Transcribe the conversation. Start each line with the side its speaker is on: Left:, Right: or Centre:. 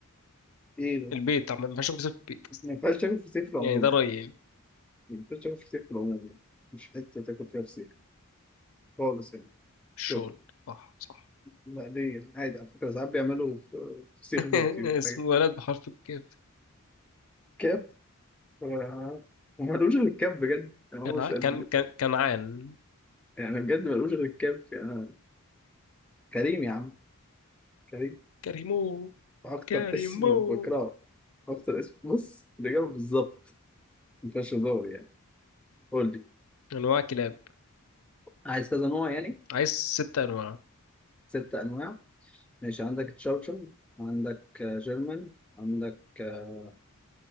Centre: إيه ده؟
Left: البيت عم ما ينفعش تاكل فسيخ في البيت أصلا
Centre: ما ينفعش تاكل فسيخ في
Left: يعني
Centre: العموم
Left: ده رأيي يعني
Centre: ما ينفعش تاكل فسيخ في العموم يعني مش حتة تاكل فيها فسيخ خالص يعني
Left: الشغل
Centre: الشغل
Left: صح صح
Centre: لا ليه عادي على فكرة ساعات بيعملوا ف- فسيخ
Left: <laughs>
Centre: باربيكيو
Left: اسمه
Centre: حاجة
Left: ولد بحرف الكاف
Centre: كاب هو هو ملوش <laughs> غير الكاب بجد يعني
Left: كان
Centre: هو مش
Left: ع- كان
Centre: ال-
Left: كان كنعان
Centre: يعني بجد ملوش غير الكاب يعني كريم يا عم كريم
Left: كريمو
Centre: أكتر
Left: كريمو
Centre: اسم بكرهه أكتر اسم بص الإجابة بالظبط ما فيهاش هزار يعني قول لي
Left: أنواع كلاب
Centre: عايز كذا نوع يعني
Left: عايز ست أنواع
Centre: ست أنواع ماشي عندك تشاوتشن عندك آه، جيرمان عندك آه،